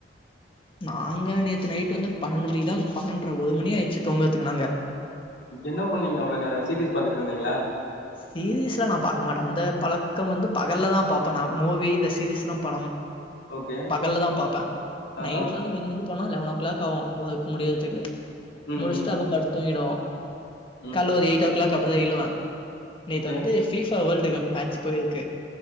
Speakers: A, on the left; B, on the left.
A: நாங்க நேத்து நைட் வந்து பண்னன்டு மணிக்குதா பண்னன் அப்ரோ ஒரு மணி ஆய்ச்சு தூங்கறதுக்கு நாங்க
B: என்ன பன்னிங்க அவ்ளோ நேரோ சீரியஸ் பாத்துட்டுருந்திங்ளா
A: சீரீஸ்லா நா பக்க மாட்ட அந்த பழக்கம் வந்து பகல்ல தா பாப்ப நா மூவி இந்த சீரீஸ் எல்லா படம்
B: ஓகே
A: பகல்ல தா பாப்ப
B: ஆ
A: நைட்ல
B: ஆ
A: வந்து மிஞ்சு மஞ்சு போனா லெவன் ஓ கிளாக் ஆகும் ஒர்க் முடியறதுக்கு
B: ம்
A: முடிச்சுட்டு
B: ம்
A: அப்ப படுத்து தூங்கிடுவோ
B: ம்
A: கால்ல ஒரு எய்ட்டோக் க்ளாக் அப்டிதா எழுவே நேத்து
B: ஓகே
A: வந்து ஃபீபா வோல்டு கப் மேட்ச் போய்ருக்கு